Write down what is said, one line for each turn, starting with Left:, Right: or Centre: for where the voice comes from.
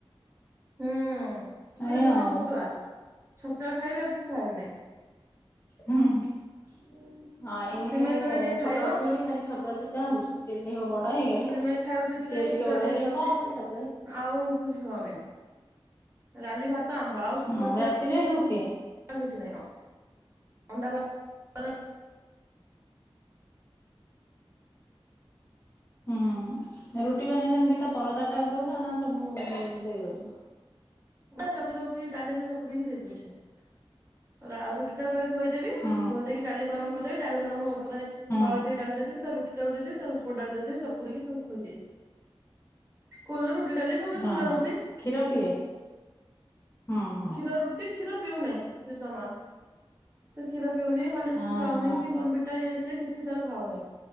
Right: ହୁଁ ଖାଲି
Left: ଏଇଆ
Right: କହୁଚି
Left: ଆଉ
Right: ଛତୁଆ ଛତୁଆ ଖାଇବି ଆଉ କିଛି ଖାଇବି ନାଇଁ।
Left: ହୁଁ ହୁଁ ହଁ ଏଇନେକେ
Right: ସିମେଇ କଲେ ଟିକେ
Left: ଛୋଟ
Right: ଖାଇବ
Left: ଅଛି ବୋଲି ଖାଲି ଛତୁଆ ଛତୁଆ ହଉଚି। ସେ ଦେଖିବ ବଡ ହେଇଗଲେ
Right: ସିମେଇ ଖାଉଛି
Left: ସେ
Right: ଛତୁଆ
Left: ଟିକେ ବଡ ହେଇଗଲେ
Right: ଖାଉଛି।
Left: କଣ ମତେ ଛତୁ
Right: ଆଉ କିଛି ଖାଉନି ଡ଼ାଲି ଭାତ ଆମ୍ବ ଆଉ ତା
Left: ହଁ
Right: ଛଡା
Left: ରାତିରେ ରୁଟି।
Right: ଆଉ କିଛିନାଇଁ। ଅଣ୍ଡା <inaudible> ଭାତ
Left: ହୁଁ ରୁଟି ମାନେ ସେମିତି ତା ପରଦାଟା ଦଉଚ ନା ସବୁ ଉ ଦେଇ ଦଉଚ?
Right: ଚକକି ଦଉଛି ଡାଲିରେ ଚକୁଡିକି ଦେଇ ଦଉଚି ଆଉ ରୁଟିଟାକୁ ଆଗେ ଧୋଇଦେବି
Left: ହୁଁ
Right: ଧୋଇ ଦେଇକି ଡାଲି ଗରମ କରିଦେବି ଡାଲି ଗରମ ଉପରେ
Left: ହୁଁ
Right: ତଳେ ଟିକେ ଡାଲି ଦେଇଦବି ତାରେ ରୁ ରୁଟିଟାକୁ ଦେଇଦେବି ତ ପରେ ଉପର ଡାଲି ଦେଇ ଦେବି ବକୁୁଡିକି ତାକୁ ଖୋଇଦିଏ। କଉଦିନ ରୁଟି ଡାଲି କଉ ଦିନ
Left: ହଁ
Right: କ୍ଷୀର
Left: ହଁ
Right: ରୁଟି
Left: କ୍ଷୀର ପିଏ? ହୁଁ ହୁଁ
Right: କ୍ଷୀର ରୁଟି କ୍ଷୀର ପିଉନାହିଁ ସେ ଜମା। ସେ କ୍ଷୀର ପିଉନି ହଲିକ୍ସ
Left: ହଁ
Right: ଖାଉନି
Left: ହଁ।
Right: କି ବନଭିଟା ଇଏ ସଏ କିଛି ତାର ଖାଉନେଇଁ।